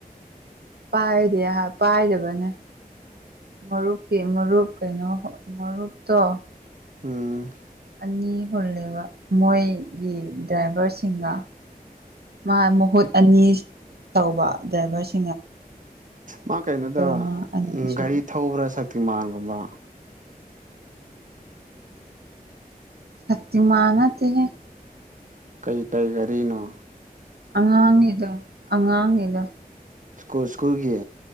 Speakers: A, on the right (about 85°); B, on the right (about 55°).
A: ꯄꯥꯏꯗꯦ ꯄꯥꯏꯗꯕꯅꯦ ꯃꯔꯨꯞꯀꯤ ꯃꯔꯨꯞ ꯀꯩꯅꯣ ꯃꯔꯨꯞꯇꯣ
B: ꯎꯝ
A: ꯑꯅꯤ ꯍꯨꯜꯂꯦꯕ ꯃꯣꯏꯒꯤ ꯗ꯭ꯔꯥꯏꯚꯔꯁꯤꯡꯒ ꯃꯥ ꯃꯍꯨꯠ ꯑꯅꯤ ꯇꯧꯕ ꯗ꯭ꯔꯥꯏꯚꯔꯁ
B: ꯃꯥ ꯀꯩꯅꯣꯗ
A: ꯃꯥ ꯑꯅꯤ ꯁꯨꯕ
B: ꯒꯥꯔꯤ ꯊꯧꯕ꯭ꯔꯥ ꯁꯛꯇꯤꯃꯥꯟꯒꯨꯝꯕ
A: ꯁꯇꯤ ꯃꯥꯟ ꯅꯠꯇꯦꯍꯦ
B: ꯀꯩ ꯇꯩ ꯒꯔꯤꯅꯣ
A: ꯑꯉꯥꯡꯅꯤꯗ ꯑꯉꯥꯡꯅꯤꯗ
B: ꯀꯨꯜ ꯁ꯭ꯀꯨꯜꯒꯤ